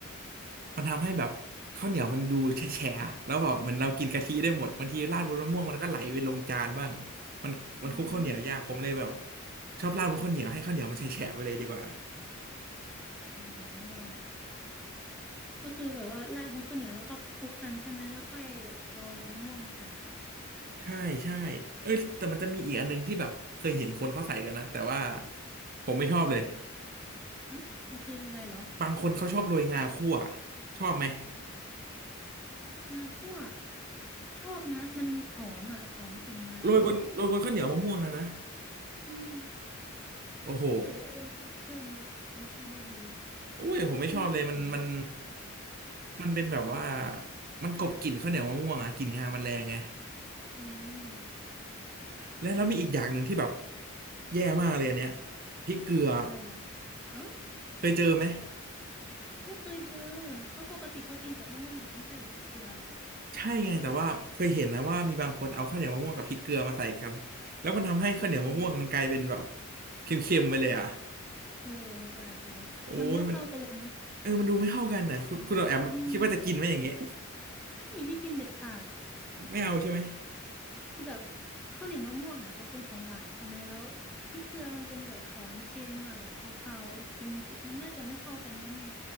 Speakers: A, on the right (about 45°); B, in the centre.
A: มันทำให้แบบข้าวเหนียวมันดูแฉะๆแล้วแบบเหมือนเรากินกะทิได้หมดบางทีราดบนมะม่วงมันก็ไหลไปลงจานบ้างมันมันคลุกข้าวเหนียวยากผมเลยแบบ
B: อืม
A: ชอบราดบนข้าวเหนียวให้ข้าวเหนียวมันแฉะๆไปเลยดีกว่า
B: อ๋อก็คือแบบว่าราดบนข้าวเหนียวแล้วก็คลุกๆกันใช่ไหมแล้วค่อยเอามะม่วงมาใส่
A: ใช่ใช่เอ้ยแต่มันจะมีอีกอันหนึงที่แบบเคยเห็นคนเขาใส่กันนะแต่ว่าผมไม่ชอบเลย
B: หึมันคืออะไรเหรอ
A: บางคนเขาชอบโรยงาคั่วชอบไหม
B: งาคั่วชอบนะมันหอมอ่ะหอมกลิ่นงา
A: โรยบนโรยบนข้าวเหนียวมะม่วงนะนะ
B: อืม
A: โอ้โห
B: รู้สึกว่าเออมันเพิ่มเออชาติได้ดี
A: โอ้ยผมไม่ชอบเลยมันมัน
B: คุณไม่ชอบเหรอ
A: มันเป็นแบบว่ามันกลบกลิ่นข้าวเหนียวมะม่วงอะกลิ่นงามันแรงไง
B: อืม
A: และแล้วมีอีกอย่างหนึ่งที่แบบแย่มากเลยอันเนี้ยพริกเกลือ
B: อะไรเหรออ๋อ
A: เคยเจอไหม
B: ไม่เคยเจอเขาปกติเขากินกับมะม่วงดิบไม่ใช่เหรอพริกเกลือ
A: ใช่ไงแต่ว่าเคยเห็นนะว่ามีบางคนเอาข้าวเหนียวมะม่วงกับพริกเกลือมาใส่กันแล้วมันทำให้ข้าวเหนียวมะม่วงมันกลายเป็นแบบ
B: อืม
A: เค็มๆไปเลยอ่ะ
B: โอ้ตายตายมันไม่เข้ากันเลยนะ
A: โอ้ยมันเออมันดูไม่เข้ากันนะคุณคุณแอมคิดว่าจะกินไหมอย่างเงี้ย
B: อืมไม่ไม่กินเด็ดขาด
A: ไม่เอาใช่ไหม
B: คือแบบข้าวเหนียวมะม่วงอ่ะมันเป็นของหวานใช่ไหมแล้วพริกเกลือมันเป็นแบบของเค็มอ่ะแบบคาวๆกินมันน่าจะไม่เข้ากันแน่